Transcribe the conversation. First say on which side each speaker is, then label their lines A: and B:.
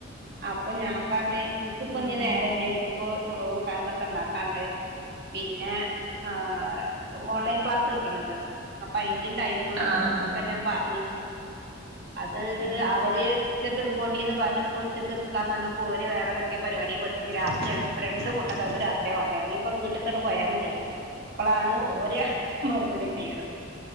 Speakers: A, on the right; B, on the right.
A: അപ്പൊ ഞാൻ പറഞ്ഞ് ഇനിക്കിപ്പോ
B: ഉം
A: നേരല്ല എനിക്കിപ്പോ ചോറ് കൂട്ടാ എന്തൊക്കെ ഉണ്ടാക്കാണ്ട് പിന്നെ ഹ ഓൺലൈൻ ക്ലാസ് എടുക്കാനുണ്ട് അപ്പൊ അയിന്റെയും ടൈംമു
B: ആഹ് ആഹ്
A: ഒക്കെ ഞാൻ പറഞ്ഞി അത്
B: ഏഹ് ഏഹ്
A: അവര് <unintelligible> കാക്കാക്ക് രാത്രി ആ വാണ്ടെ ഇല്ലെങ്കിപ്പൊ വീട്ട്ക്കങ്ങട്ട് പോയ മത്യേന്നു. അപ്പളാണ്
B: ആഹ്
A: ഓര മറുപടി കിട്ടീകണത്